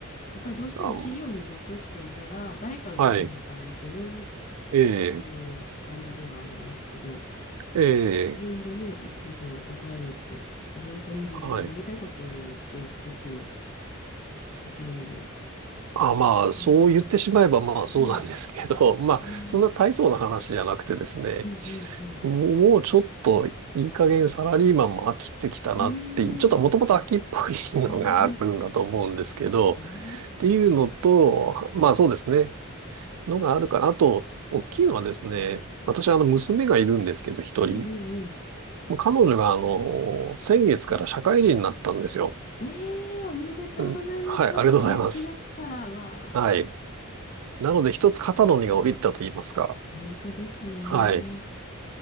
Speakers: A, on the left; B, on the right.
A: やっぱりどうしても企業に属していたら、
B: あ、
A: 誰かのために働いてる
B: はい、え
A: っていう感じではありますけど、
B: え、え
A: 自分でね、
B: え、
A: 事業を起こされるって、やっぱ本当に自分でやりたいことをできる、
B: はい。
A: できるので。
B: あ、まあ、そう言ってしまえば、
A: うん、
B: まあ、そうなんですけど、
A: うん、
B: <laughs> まあ、
A: うん、
B: そんな大層な話じゃなくてですね、
A: うん、
B: もうもうちょっといい加減サラリーマンも飽きてきたなっていう、
A: うん、うん、
B: ちょっともともと飽きっぽいのがあるんだと思うんですけど、
A: うーん、<laughs> うん
B: っていうのと、まあそうですね、のがあるから、あと、大きいのはですね、私、あの、娘がいるんですけど、一人。
A: ええ、
B: 彼女が、あの、先月から社会人になったんですよ。
A: ええ、ええ、おめでとうございます。
B: うん、はい、
A: そうか、
B: ありがとうございます。
A: この4月から、うわ
B: はい。なので、一つ肩の荷が下りたと言いますか。
A: あ、本当ですね。
B: はい。